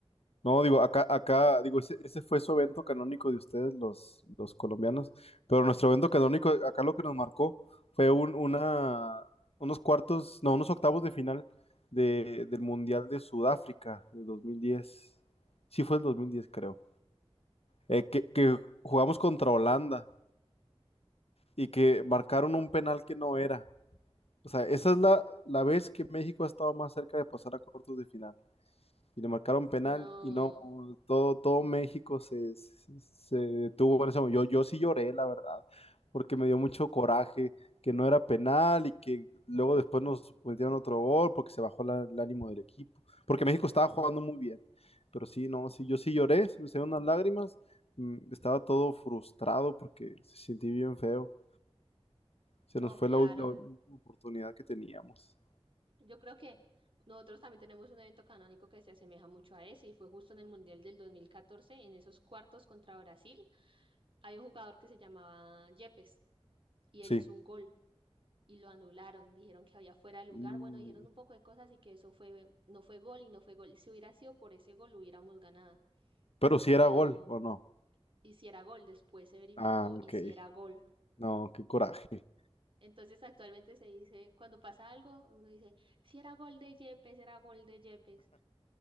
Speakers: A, on the left (about 70°); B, on the right (about 55°).
A: No, digo, acá, acá, digo, ese, ese fue su evento canónico de ustedes, los, los colombianos, pero nuestro evento canónico, acá lo que nos marcó fue un, una, unos cuartos, no, unos octavos de final de, del Mundial de Sudáfrica de 2010. Sí fue el 2010, creo. Eh, que, que jugamos contra Holanda y que marcaron un penal que no era. O sea, esa es la, la vez que México ha estado más cerca de pasar a cuartos de final. y le marcaron
B: No,
A: penal y no, todo, todo México se, se, se detuvo en ese momento. Yo, yo sí lloré, la verdad, porque me dio mucho coraje que no era penal y que luego después nos metieron otro gol porque se bajó la- el ánimo del equipo, porque México estaba jugando muy bien. Pero sí, no, sí, yo sí lloré, se me salieron unas lágrimas, mm, estaba todo frustrado porque se sentí bien feo. Se
B: no,
A: nos fue
B: claro.
A: la, ul- la última oportunidad que teníamos.
B: Yo creo que nosotros también tenemos un evento canónico que se asemeja mucho a ese y fue justo en el Mundial del 2014 en esos cuartos contra Brasil. Hay un jugador que se llamaba Yepes y
A: Sí.
B: él hizo un gol y lo anularon. Dijeron que había fuera de lugar.
A: Y-
B: Bueno, dijeron un poco de cosas y que eso fue, no fue gol y no fue gol. Si hubiera sido por ese gol, hubiéramos ganado.
A: Pero si era
B: Pero
A: gol o no.
B: hiciera gol, después se verificó,
A: Ah, ok.
B: hiciera gol.
A: No, qué coraje.
B: Entonces actualmente se dice, cuando pasa algo, uno dice, si era gol de Yepes, era gol de Yepes.